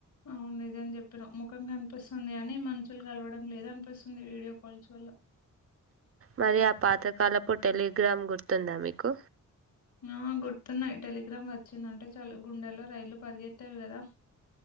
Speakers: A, on the left (about 75°); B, on the right (about 45°).
A: అవున్ నిజం జెప్పినవ్ ముఖం కన్పిస్తుంది గానీ మనుషుల్ కల్వడం లేదు అన్పి పిస్తుంది వీడియో కాల్స్ వల్ల
B: మరి ఆ పాతకాలపు టెలిగ్రామ్ గుర్తుందా మీకు
A: ఆఁ గుర్తున్నాయ్ టెలిగ్రామ్ వచ్చిందంటే చాలు గుండెల్లో రైళ్లు పరిగెత్తేవి గదా